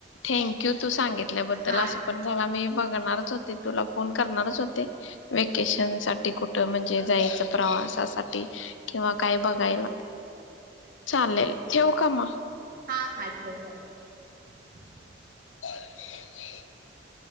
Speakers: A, on the left; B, on the right.
A: थँंक यू तू सांगितल्याबद्दल
B: हा
A: असं पण झाला मी बघणारच होते तुला फोन करणारच होते व्हेकेशन साठी कुठ म्हणजे जायचं प्रवासासाठी किंवा काय बघायला चालेल ठेऊ का मग?
B: हा हा ठेव चालेल
A: <inaudible>